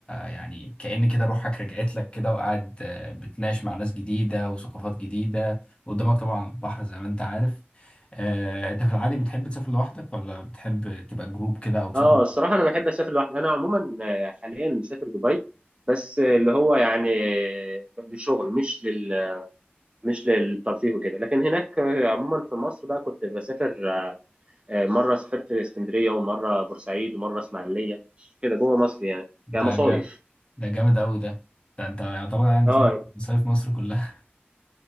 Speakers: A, on the left; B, on the right.
A: يعني كأن كده روحك رجعت لك كده وقاعد آه، بتناقش مع ناس جديده وثقافات جديده وقدامك طبعا البحر زي ما انت عارف آه، انت في العادي بتحب تسافر لوحدك ولا بتحب تبقى جروب كده او تسافر
B: اه الصراحه انا بحب اسافر لوحدي انا عموما آه، حاليا مسافر دبي بس آه، اللي هو يعني آه، لشغل مش لل مش للترفيه وكده لكن هناك آه، عموما في مصر بقى كنت بسافر آه، آه، مرة سافرت اسكندرية ومرة بورسعيد ومرة اسماعيلية كده جوه مصر يعني
A: ده
B: كمصايف
A: ده جامد قوي ده ده انت يعتبر يعني
B: اه
A: تلف مصايف مصر كلها